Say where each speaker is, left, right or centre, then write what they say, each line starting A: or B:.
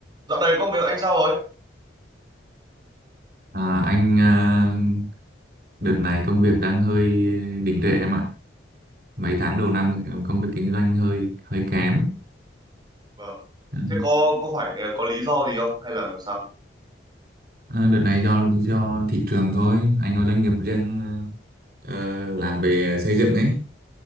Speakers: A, on the right; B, on the right.
A: Dạo này công việc anh sao rồi?
B: À, anh à, đợt này công việc đang hơi đình trệ em ạ. Mấy tháng đầu năm thì công việc kinh doanh hơi hơi kém.
A: Vâng.
B: Ừ.
A: Thế có có phải có lý do gì không hay là sao?
B: À, đợt này do lý do thị trường thôi. Anh có doanh nghiệp riêng ờ, làm về xây dựng ấy,